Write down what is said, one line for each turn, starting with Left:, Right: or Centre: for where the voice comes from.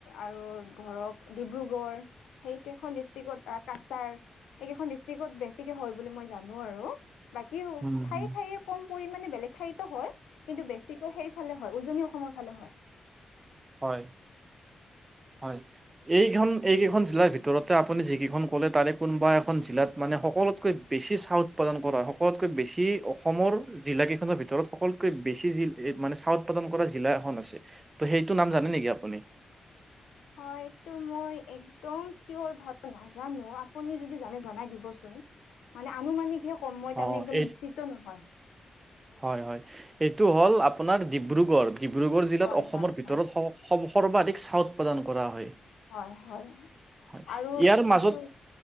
Left: আৰু ধৰক ডিব্ৰুগড় সেই এই কেইখন ডিষ্টিক কাছাৰ এই কেইখন ডিষ্টিক বেছিকে হয় বুলি মই জানো আৰু। বাকী
Right: উম
Left: ঠায়ে
Right: হম
Left: ঠায়ে কম পৰিমামানে বেলেগ ঠায়তো হয়। কিন্তু বেছিকৈ সেইফালে হয় উজনি অসমৰ ফালে হয়।
Right: হয় হয় এইখন এইকেইখন জিলাৰ ভিতৰতে আপুনি যিকেইখন ক'লে তাৰে কোনোবা এখন জিলাত মানে সকলোতকৈ বেছি চাহ উৎপাদন কৰা সকলোতকৈ বেছি অসমৰ জিলাকেইখনৰ ভিতৰত সকলোতকৈ বেছি বেছি যি মানে চাহ উৎপাদন কৰা জিলা এখন আছে। ত' সেইটো নাম
Left: হয়
Right: জানে নেকি আপুনি?
Left: হয়টো মই একদম চিয়ৰ ভালকে নেজানো আপুনি যদি জনে জনাই দিব চোন মানে আমি মানে কি হ মই
Right: অ',
Left: তানে একদম
Right: এই
Left: <unintelligible> নহয়
Right: হয় হয় এইটো হ'ল আপোনাৰ ডিব্ৰুগড় ডিব্ৰুগড় জিলাত
Left: হয়
Right: অসমৰ
Left: হয়
Right: ভিতৰত
Left: হয়।
Right: স স সৰ্বাধিক চাহ উৎপাদান কৰা হয়।
Left: হয় হয়
Right: হয়,
Left: আৰু
Right: ইয়াৰ
Left: যিটো
Right: মাজত